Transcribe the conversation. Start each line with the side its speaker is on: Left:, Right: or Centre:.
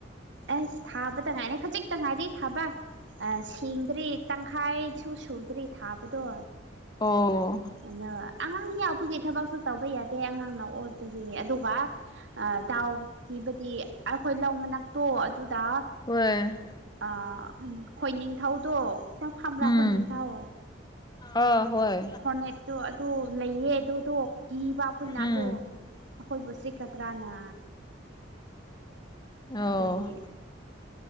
Right: ꯑꯁ ꯊꯥꯕ ꯇ ꯉꯥꯏꯔ‌ꯦ ꯈꯖꯤꯛꯇ ꯉꯥꯏꯔꯤ ꯊꯥꯕ ꯑ ꯁꯦꯡꯗ꯭ꯔꯤ ꯇꯪꯈꯥꯏꯁꯨ ꯁꯨꯗ꯭ꯔꯤ ꯊꯥꯕꯗꯣ
Left: ꯑꯣ
Right: ꯑꯗꫭ ꯑꯉꯥꯡ ꯌꯥꯎꯕꯒꯤ ꯊꯕꯛꯁꯨ ꯇꯧꯕ ꯌꯥꯗꯦ ꯑꯉꯥꯡꯅ ꯑꯣꯠꯄꯒꯤ ꯑꯗꯨꯒ ꯑ ꯗꯥꯎꯇꯤꯕꯗꯤ ꯑꯩꯈꯣꯏ ꯂꯧ ꯃꯅꯥꯛꯇꯣ ꯑꯗꯨꯗ
Left: ꯍꯣꯏ
Right: ꯑ ꯈꯣꯏꯅꯤꯡꯊꯧꯗꯣ ꯅꯪ ꯈꯪꯕ꯭ꯔꯥ
Left: ꯎꯝ
Right: ꯈꯣꯏꯅꯤꯡꯊꯧ
Left: ꯑꯥ ꯍꯣꯏ
Right: ꯐꯣꯔꯅꯦꯠꯇꯣ ꯑꯗꯨ ꯂꯩꯌꯦ ꯑꯗꯨꯗꯣ ꯀꯤꯕ ꯑꯩꯈꯣꯏꯅ ꯑꯗꯣ
Left: ꯎꯝ
Right: ꯑꯩꯈꯣꯏꯕꯨ ꯆꯤꯛꯀꯗ꯭ꯔꯥꯅ
Left: ꯑꯣ
Right: ꯑꯗꯨꯒꯤ